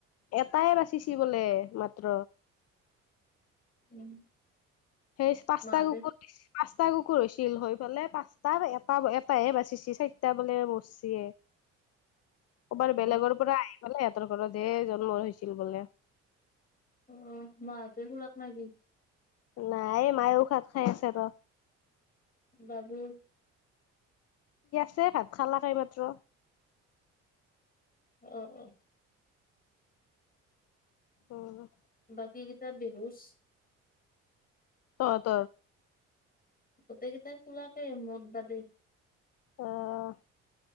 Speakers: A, on the left (about 50°); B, on the left (about 30°).
A: এটাই বাচিচি বোলে মাত্ৰ।
B: উম।
A: সেই পাছ
B: মাহঁতে
A: তা কুকুৰ পাঁচ চটা কুকুৰ হৈছিল হৈ ফালে পাঁচটা এটা এটাহে বাচিছে চাৰিটা বোলে মৰিচি। ক'বাৰ
B: অ
A: বেলেগৰ পৰা আহি পালাই সিহঁতৰ ঘৰত যে জন্ম হৈছিল বোলে।
B: অ, মাত ফলক নি
A: নাই এই মাৰ ও ভাত খাই আছে ৰ।
B: বাবু
A: যে ভাত খালালা খাই মাত্ৰ।
B: অ, অ।
A: অ।
B: বাকী কেইটা বেহোচ।
A: অ ত।
B: গোটেইকেইটাই খোলাকে মদ বাদে।
A: অহ।